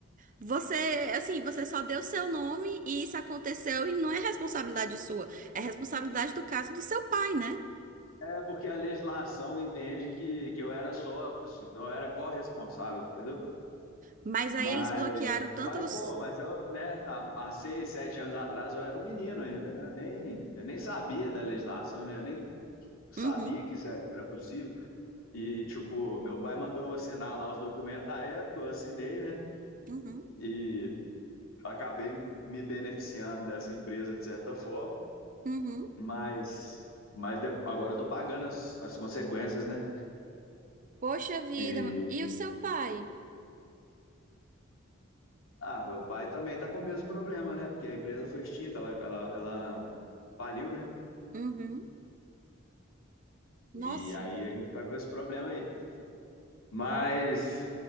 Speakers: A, on the right (about 40°); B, on the left (about 80°).
A: você, assim, você só deu seu nome e isso aconteceu e não é responsabilidade sua, é responsabilidade do caso do seu pai, né?
B: É porque a legislação entende que, que eu era sócio, então eu era corresponsável, entendeu?
A: Mas aí
B: Mas
A: eles bloquearam tanto
B: Mas,
A: os...
B: pô, mas eu, né, há, há seis, sete anos atrás eu era um menino ainda, né? Eu nem, eu nem sabia da legislação, né? Eu nem sabia
A: Uhum,
B: que isso era possível. E, tipo, meu pai mandou eu assinar lá os documentos na época, eu assinei, né?
A: uhum,
B: E acabei me beneficiando dessa empresa de certa forma,
A: uhum.
B: mas, mas de- agora eu tô pagando as, as consequências, né?
A: Poxa vida,
B: E,
A: e o seu pai?
B: ah, meu pai também tá com o mesmo problema, né? Porque a empresa foi extinta, ela, ela, ela faliu, né?
A: Uhum.
B: E
A: Nossa.
B: aí a gente tá com esse problema aí. Mas,